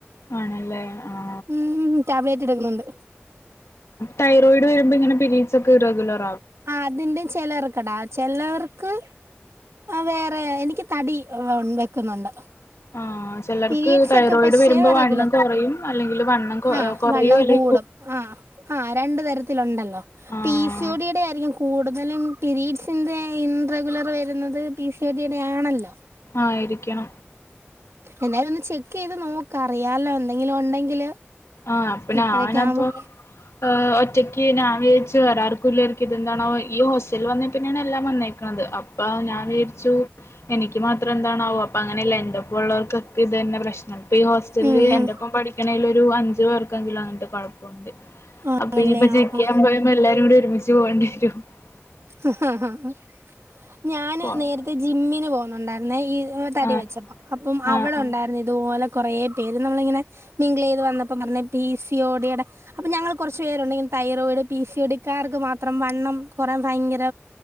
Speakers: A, on the left (about 85°); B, on the right (about 80°).
A: ആണല്ലേ ആ
B: ഉം ടാബ്ലറ്റ് എടുക്കുന്നുണ്ട്
A: തൈറോയിഡ് വരുമ്പോ ഇങ്ങനെ പിരീഡസ് ഒക്കെ റഗുലർ
B: ആ അതിന്റെ ചിലർക്കടാ ചിലർ ൻക്ക് വേറെ എനിക്ക് തടി വെക്കുന്നുണ്ട്
A: ആഹ് ചെലർക്ക്
B: പിരീഡ്സ്
A: തൈറോയിഡ്
B: ഒക്കെ പക്ഷെ
A: വരുമ്പോ
B: റഗുലർ
A: വണ്ണം കൊറയും അല്ലെങ്കിൽ വണ്ണം കൊ
B: ആ
A: കൊറയും
B: വണ്ണം
A: അല്ലെ
B: കൂടും ആ ആ രണ്ട് തരത്തിലുണ്ടല്ലോ
A: ആഹ്
B: പി സി ഓ ഡി യുടെ ആയിരിക്കും കൂടു എതായാലും പിരഡ്സിന്റെ ഇൻറെഗുലർ വരുന്നത് പി സി ഒഡിയുടെ ആണല്ലോ
A: ആയിരിക്കണം
B: എന്തായാലും ഒന്ന് ചെക്ക് ചെയ്ത് നോക്ക് അറിയാലോ എന്തെങ്കിലും ഉണ്ടെങ്കില്
A: ആഹ അപ്പ
B: ഇപ്പഴൊക്കെ
A: ഞാനപ്പൊ
B: ആവുമ്പോ
A: അഹ ഒറ്റയ്ക്ക് ഞാൻ വിചാരിച്ചു വേറെ ആർക്കും ഇല്ലായിരിക്കും ഇതെന്താണാവോ ഈ ഹോസ്റ്റലിൽ വന്നപ്പിന്നെയാണ് എല്ലാം വന്നേക്കുന്നത് അപ്പൊ ഞാൻ വിചാരിച്ചു എനിക്ക് മാത്രം എന്താണാവോ അപ്പൊ അങ്ങനെയല്ല എൻ്റൊപ്പം ഉള്ളവർക്കൊക്കെ ഇത് തന്നെ പ്രശ്നം ഇപ്പൊ ഈ ഹോസ്റ്റലില്
B: ഉം
A: എൻ്റൊപ്പം
B: ഉം
A: പഠിക്കണേൽ ഒരു അഞ്ച് അ കുഴപ്പണ്ട്
B: ആണല്ലേ
A: അപ്പൊ ഇയിപ്പ ചെക്ക്
B: ആഹ് ആഹ്
A: ചെയ്യാൻ പോയപ്പോ എല്ലാരും കൂടെ ഒരുമിച്ച് ണ്ടിരും <unintelligible>
B: ആഹ ഹഹ ഞാൻ
A: പോ-
B: നേരത്തെ ജിമ്മിന് പോകുന്നുണ്ടായിരുന്നു പിന്ന ഈ തടി
A: ആഹ്
B: വെച്ചപ്പോ അപ്പോ അവിടെ
A: ആഹ് ആഹ്
B: ഉണ്ടായിരുന്നു ഇതുപോലത്തെ കുറേ പേര് നമ്മളിങ്ങനെ മിംഗിൾ ചെയ്ത് വന്നപ്പോ പറഞ്ഞ പി സി ഓടിയുടെ അപ്പ ഞങ്ങൾ കുറച്ച് പേരുണ്ട് തൈറോയിഡ് പി സി ഓടിക്കാർക്ക് മാത്രം വണ്ണം കുറ ഭയങ്കര